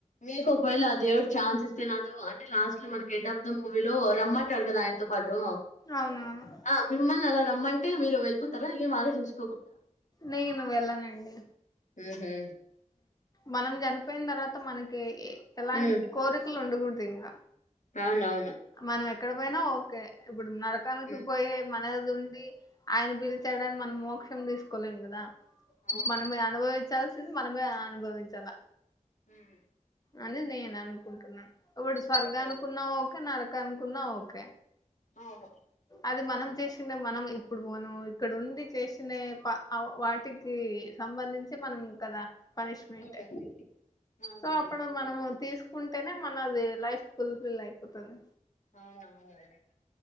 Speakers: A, on the left; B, on the left.
A: మీకు ఒకవేళ దేవుడు ఛాన్స్ ఇస్తే నాతో అంటే లాస్ట్ లో మనకి ఎండ్ ఆఫ్ ద మూవీ లో రమ్మంటడు కదా ఆయనతో పాటు. టు
B: అవునవును
A: ఆ మిమ్మల్ని అలా రమ్ అమ్మంటే మీరు వెళ్ళిపోర ఏం ఆలోచించు.
B: నేను వెళ్ళనండి.
A: ఉ హు.
B: మనం చనిపోయిన తర్వాత మనకి. ఎలాంటి
A: మ్మ్
B: కోరికలు ఉండ. కూడ్తిన్న.
A: అవునవును.
B: మనము ఎక్కడ బోయినా ఓకే. ఇప్పుడు నరకానికి
A: మ్మ్
B: పోయె అది ఉండి ఆయన పిలిచాడానీ మనం మోక్షం తీసుకోలేం కదా.
A: అవును
B: మనమే అనుభవించాల్స్ మనమే అనుభవించాల
A: హుమ్
B: అని నేను అనుకుంటున్నా ఇప్పుడు స్వర్గానుకున్నా
A: అవునవును
B: ఓ నరకానుకున్నా ఓకే
A: అవును
B: అది మనం చేసిందే మనం ఇప్పుడు మనం ఇక్కడ ఉండి చేసినే ప వాటికి సంబంధించి మనం కదా పనిష్మెంట్
A: మ్మ్ అవునవును
B: సో అప్పుడు మనము తీసుకు కుంటేనే మనది లైఫ్ ఫుల్ ఫిల్ అయి పోతాది
A: అవునవును లేండి